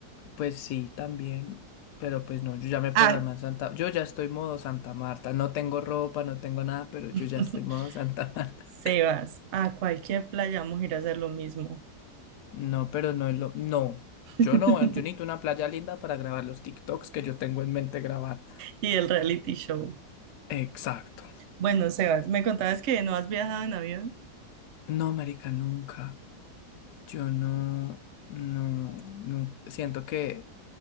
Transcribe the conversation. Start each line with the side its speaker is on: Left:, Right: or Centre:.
Left: Pues sí, también. Pero pues no, yo ya me programé
Right: Ah,
Left: en Santa. Yo ya estoy modo Santa Marta. No tengo ropa, no tengo nada, pero
Right: <laughs>
Left: yo ya estoy modo Santa <laughs> Marta.
Right: Sebas, a cualquier playa vamos a ir a hacer lo mismo.
Left: No, pero no es lo. No.
Right: <laughs>
Left: Yo no, yo necesito una playa linda para grabar los TikToks que yo tengo en mente grabar.
Right: Y el reality show.
Left: Exacto.
Right: Bueno, Sebas, me contabas que no has viajado en avión.
Left: No, marica, nunca. Yo no, no, no. Siento que